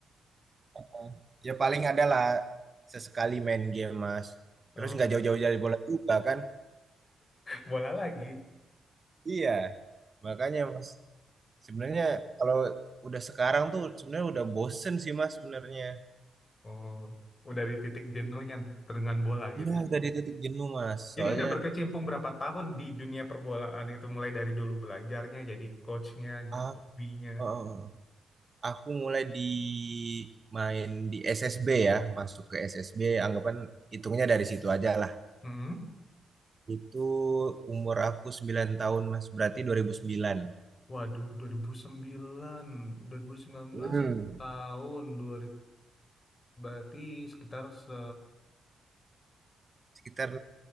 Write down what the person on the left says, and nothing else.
Oh
gitu.
Bola lagi.
Oh, udah di titik jenuhnya dengan bola gitu
ya.
Jadi
udah berkecimpung berapa tahun di dunia perbolaan itu mulai dari dulu belajarnya jadi coachnya,
hobinya.
Hmm.
Waduh, 2009, 2019
tahun dua berarti sekitar se